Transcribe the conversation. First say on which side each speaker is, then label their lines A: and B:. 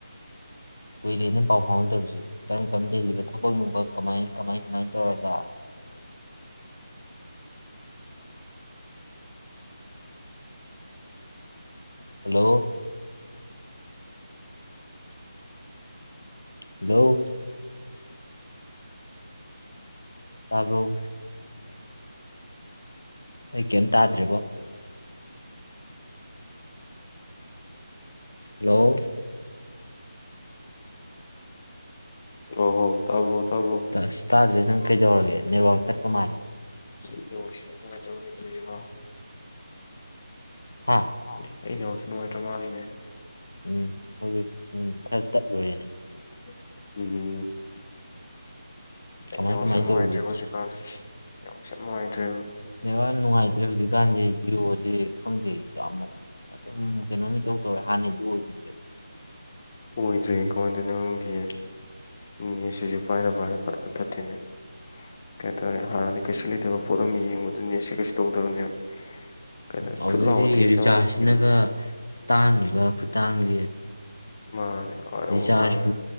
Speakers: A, on the left; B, on the left.
A: ꯀꯨꯏꯔꯦ ꯅꯦ ꯄꯥꯎ ꯐꯥꯎꯅꯗꯕꯁꯨ ꯀꯔꯝ ꯀꯔꯝ ꯂꯦꯜꯂꯤꯕ ꯊꯕꯛ ꯅꯨꯡꯕꯛ ꯀꯃꯥꯏ ꯀꯃꯥꯏ ꯀꯃꯥꯏ ꯇꯧꯔꯕ ꯍꯜꯂꯣ ꯍꯂꯣ ꯇꯥꯕꯔ꯭ꯣ ꯑꯩ ꯀꯌꯤꯝ ꯇꯥꯗ꯭ꯔꯦꯕꯣ ꯍꯜꯂꯣ
B: ꯑꯣ ꯍꯣ ꯇꯕ ꯇꯕ꯭ꯔꯣ
A: ꯑꯁ ꯇꯥꯗ꯭ꯔꯦ ꯅꯪ ꯀꯩꯗꯧꯔꯒꯦ ꯅꯦꯠꯋꯥꯛ ꯇꯠꯄ ꯃꯥꯜꯂꯦ
B: ꯑꯩꯁ ꯅꯦꯠꯑꯣꯔꯀꯁꯤ ꯌꯥꯝ ꯅꯨꯡꯉꯥꯏꯇꯕ ꯅꯦꯠ ꯑꯣꯏꯔꯤꯕꯣ
A: ꯍꯥ
B: ꯑ ꯑꯩꯪ ꯅꯦꯠꯋꯥꯛꯁꯦ ꯅꯨꯡꯉꯥꯏꯇ꯭ꯔ ꯃꯥꯜꯂꯤꯅꯦ
A: <unintelligible> ꯇꯠꯂꯨꯔꯦꯅꯦ
B: ꯑꯨꯝ ꯑꯩꯒꯤ
A: ꯀꯃꯥꯏ
B: ꯅꯦꯠꯋꯥꯛꯁꯦ
A: ꯀꯃꯥꯏꯅ
B: ꯌꯥꯝ ꯅꯨꯡꯉꯥꯏꯇ꯭ꯔꯦꯕ
A: ꯇꯧꯔꯤꯒꯦ
B: ꯍꯧꯖꯤꯛꯀꯥꯟꯁꯤ ꯅꯦꯠꯋꯥꯛꯁꯦ ꯌꯥꯝ ꯅꯨꯡꯉꯥꯏꯇ꯭ꯔꯦꯕ
A: ꯅꯦꯠꯋꯥꯛ ꯌꯥꯝ ꯅꯨꯡꯉꯥꯏꯇ꯭ꯔꯦ ꯍꯧꯖꯤꯛꯀꯥꯟꯖꯦ ꯖꯤꯑꯣ ꯁꯦ ꯈꯪꯗꯩꯗꯣ ꯑꯃꯨꯛ ꯑꯗꯨꯝ ꯀꯩꯅꯣꯝ ꯏꯇꯧ ꯇꯧꯔꯦ ꯍꯥꯟꯅꯗꯤ ꯑꯣꯏ <inaudible>
B: ꯑꯣꯏꯗ꯭ꯔꯦꯀꯣꯗ ꯅ ꯈꯪꯒꯤ ꯅꯦꯠꯁꯤꯁꯨ ꯄꯥꯏꯅ ꯄꯥꯏꯅ ꯄꯠ ꯄꯠ ꯇꯠꯇꯣꯏꯅꯦꯕ ꯀꯩꯗꯔꯦ ꯍꯥꯟꯅꯗꯤ ꯀꯩꯁꯨ ꯂꯩꯇꯕ ꯄꯣꯠ ꯑꯃ ꯌꯦꯡꯕꯗ ꯅꯦꯠꯁꯦ ꯀꯩꯁꯨ ꯇꯧꯗꯕꯅꯦꯕ ꯀꯩ ꯍꯥꯏꯇꯥꯔꯦ
A: ꯑꯥꯎꯗꯩꯗꯤ
B: ꯊꯨꯠ ꯂꯥꯎꯕ ꯇꯦꯛꯁ
A: ꯔꯤꯆꯥꯔꯖꯁꯤꯅꯒ
B: ꯑꯃ ꯌꯦꯡꯕꯗꯣ
A: ꯇꯥꯡꯉꯤꯕ ꯇꯥꯡꯖꯦ
B: ꯃꯥꯅꯦ꯫ ꯑꯃꯨꯛ
A: ꯕꯤꯖꯥꯁꯨ
B: ꯇꯥꯡꯉꯦ